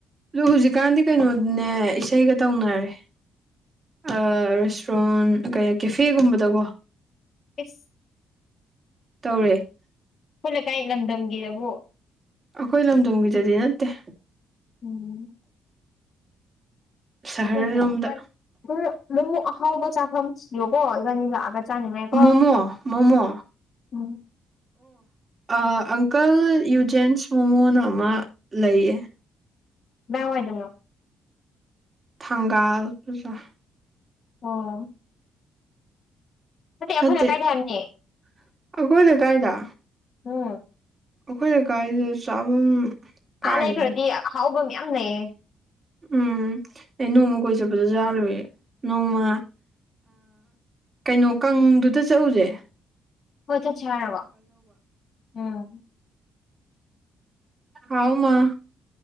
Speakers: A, on the right; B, on the left.
A: ꯑꯗꯨ ꯍꯧꯖꯤꯛꯀꯥꯟꯗꯤ ꯀꯩꯅꯣꯗꯅꯦ ꯏꯁꯩꯒ ꯇꯧꯅꯔꯦ ꯑ ꯔꯦꯁꯇꯨꯔꯦꯟ ꯀꯩ ꯀꯦꯐꯦꯒꯨꯝꯕꯗꯀꯣ
B: ꯑꯦꯁ
A: ꯇꯧꯔꯦ
B: ꯑꯩꯈꯣꯏ ꯂꯩꯀꯥꯏ ꯂꯝꯗꯝꯒꯤꯗꯕꯨ
A: ꯑꯩꯈꯣꯏ ꯂꯝꯗꯝꯒꯤꯗꯗꯤ ꯅꯠꯇꯦ꯫
B: ꯎꯨꯝ
A: ꯁꯍꯔꯔꯣꯝꯗ
B: <unintelligible> ꯑꯍꯥꯎꯕ ꯆꯥꯐꯝ ꯊꯤꯌꯣꯀꯣ ꯏꯕꯥꯅꯤ ꯂꯥꯛꯑꯒ ꯆꯥꯅꯤꯡꯉꯥꯏꯀꯣ
A: ꯃꯣꯃꯣ ꯃꯣꯃꯣ
B: ꯎꯨꯝ
A: ꯑꯣ ꯑꯪꯀꯜ ꯌꯨ ꯖꯦꯟꯁ ꯃꯣꯃꯣꯅ ꯑꯃ ꯂꯩꯌꯦ꯫
B: ꯀꯗꯥꯏꯋꯥꯏꯗꯅꯣ?
A: ꯊꯪꯒꯥꯜ ꯕꯖꯥꯔ
B: ꯑꯣ ꯅꯠꯇꯦ ꯑꯩꯈꯣꯏ
A: <unintelligible>
B: ꯂꯩꯀꯥꯏꯗ ꯍꯥꯏꯕꯅꯦ
A: ꯀꯥꯏꯗ
B: ꯍꯣꯏ
A: ꯑꯩꯈꯣꯏ ꯂꯩꯀꯥꯏꯗ ꯆꯥꯐꯝ ꯀꯥꯏꯅ
B: ꯑꯥ ꯂꯩꯩ ꯈꯔꯗꯤ ꯑꯍꯥꯎꯕꯌꯥꯝ ꯂꯩꯌꯦ
A: ꯎꯝ ꯑꯩ ꯅꯣꯡꯃ ꯀꯣꯏ ꯆꯠꯄꯗꯁꯨ ꯌꯥꯂꯨ ꯅꯣꯡꯃ ꯀꯩꯅꯣ ꯀꯥꯡꯗꯨꯗ ꯆꯠꯎꯁꯦ
B: ꯍꯣꯏ ꯆꯠ ꯁꯥꯔꯕ ꯎꯝ
A: ꯑꯥꯎꯃꯥ